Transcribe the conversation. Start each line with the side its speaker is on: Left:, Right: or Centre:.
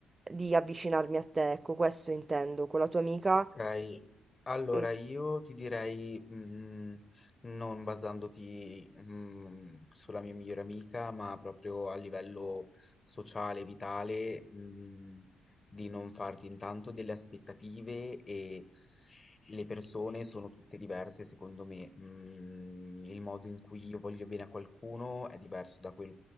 Right: di avvicinarmi a te, ecco, questo intendo, con la tua amica,
Left: Okay, allora
Right: eh,
Left: io ti direi, mhmm, non basandoti, mhmm, sulla mia migliore amica, ma proprio a livello sociale, vitale, mhmm, di non farti intanto delle aspettative e le persone sono tutte diverse secondo me. Mhmm, il modo in cui io voglio bene a qualcuno è diverso da quel